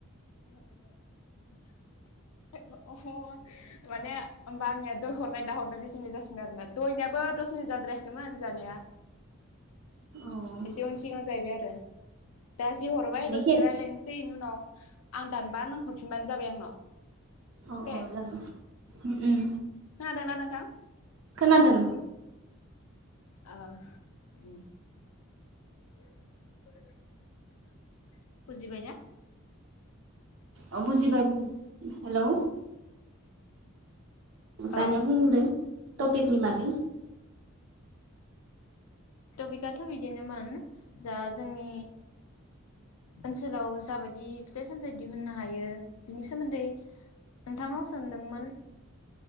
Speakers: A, on the left; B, on the right.
A: <unintelligible> माने होमबा आंनिया दहर नाय दा हरनो बिस मिनिट जासिगोन आरोना दहायनियाबो दस मिनिट जाद्रायाखैमोन जानाया।
B: औ
A: एसे उन सिगां जाहैबाय आरो। दा जे हरबाय दसे
B: खेब
A: रायलायनोसै इनि उनाव आं दानबा नों हरफिनबानो जाबाय आं नाव।
B: औ
A: अके
B: औ जागोन उम उम
A: खोनादोंना नोंथां
B: खोनादों
A: औ आ उम। <inaudible> बुजिबाय ना।
B: अ बुजिबाय बुजि हेलौ।
A: अ
B: दानिया बुंदों टपिकनि बागै।
A: टपिकआथ' बिदिनोमोन जा जोंनि ओनसोलाव जाबायदि फिथाइ सामथाइ दिहुननो हायो बिनि सोमोन्दै नोंथांनाव सोंदोंमोन।